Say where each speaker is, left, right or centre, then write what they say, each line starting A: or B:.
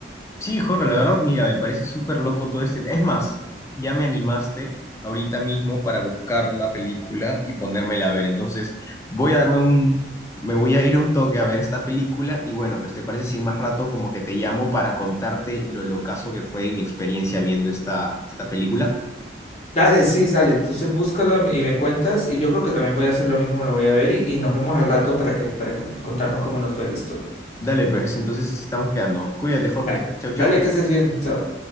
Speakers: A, on the left; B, on the left.
A: Sí, Jorge, la verdad, mira, me parece súper loco todo este. Es más, ya me animaste ahorita mismo para buscar la película y ponérmela a ver. Entonces, voy a darme un, me voy a ir a un toque a ver esta película y bueno, pues te parece si en más rato como que te llamo para contarte lo locazo que fue y mi experiencia viendo esta, esta película.
B: Dale, sí, dale. Entonces búscalo y me cuentas. Y yo creo que también voy a hacer lo mismo, lo voy a ver y, y nos vemos al rato para que, para que contarnos cómo nos fue listo.
A: Dale, pues, entonces así estamos quedando. Cuídate, Jorge.
B: Da-
A: Chau, chau.
B: Dale, que estés bien. Chao.